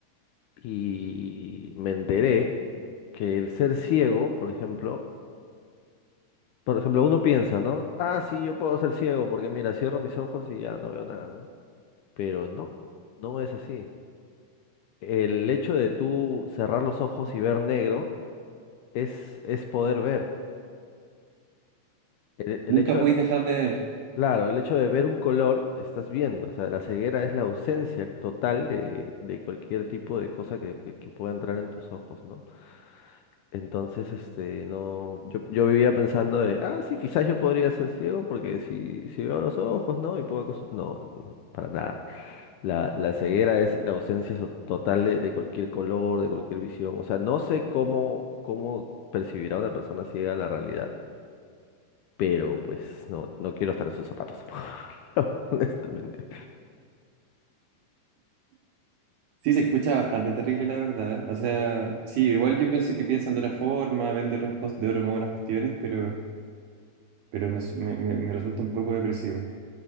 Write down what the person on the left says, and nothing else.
y me enteré que el ser ciego, por ejemplo, por ejemplo, uno piensa, ¿no? Ah, sí, yo puedo ser ciego porque mira, cierro mis ojos y ya no veo nada, ¿no? Pero no, no es así. El hecho de tú cerrar los ojos y ver negro es, es poder ver. El, el
hecho
Claro, el hecho de ver un color, estás viendo, o sea, la ceguera es la ausencia total de, de cualquier tipo de cosa que, que- que pueda entrar en tus ojos, ¿no? Entonces, este, no, yo, yo vivía pensando de, ah, sí, quizás yo podría ser ciego porque si, si veo los ojos, ¿no? Y puedo acos- No, no, para nada. La, la ceguera es la ausencia so- total de, de cualquier color, de cualquier visión. O sea, no sé cómo, cómo percibirá una persona ciega la realidad pero pues no, no quiero estar en sus zapatos, amor, <laughs> honestamente.